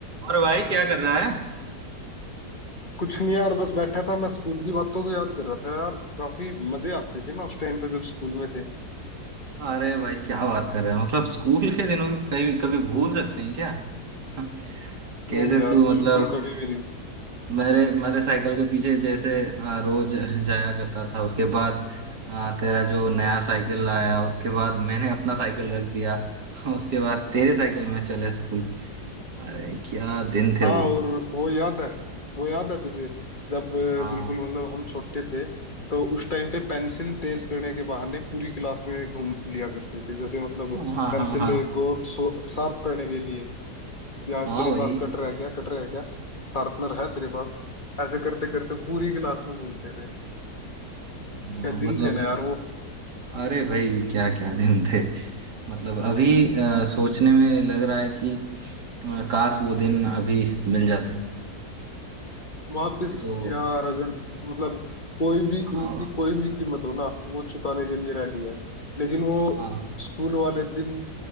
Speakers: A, on the right; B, on the left.
A: और भाई क्या कर रहा है
B: कुछ नहीं यार बस बैठा था मैं स्कूल की बातों को याद कर रहा था यार काफी मजे आते थे ना उस टाइम पे जब स्कूल में थे
A: अरे भाई क्या बात कर रहा है मतलब स्कूल के दिनों की कभी कभी भूल सकते हैं क्या <laughs> कैसे
B: नहीं यार
A: तू मतलब
B: बिल्कुल कभी भी नहीं
A: मेरे मेरे साइकिल के पीछे जैसे आ, रोज जाया करता था उसके बाद आ, तेरा जो नया साइकिल आया उसके बाद मैंने अपना साइकिल रख दिया <laughs> उसके बाद तेरे साइकिल में चले स्कूल अरे क्या दिन थे
B: हाँ
A: वो
B: और वो याद है वो याद है तुझे जब अ,
A: हाँ
B: बिल्कुल मतलब हम छोटे थे तो उस टाइम पे पेंसिल तेज करने के बहाने पूरी क्लास में घूम लिया करते थे जैसे मतलब
A: हाँ हाँ
B: पेंसिल
A: हाँ हाँ
B: को शार्प करने के लिए या
A: हाँ
B: तेरे
A: भाई
B: पास कटर है क्या कटर है क्या शार्पनर है तेरे पास ऐसे करते करते पूरी क्लास में घूमते थे
A: हाँ,
B: क्या
A: मतलब
B: दिन थे ना यार
A: हाँ।
B: वो
A: अरे भाई क्या क्या दिन थे मतलब अभी आ, सोचने में लग रहा है कि आ, काश वो दिन अभी मिल जाते
B: वापस
A: अभी तो
B: यार अगर मतलब कोई भी
A: हाँ
B: उनकी कोई भी कीमत हो ना वो चुकाने के लिए रेडी है लेकिन वो
A: हाँ
B: स्कूल वाले दिन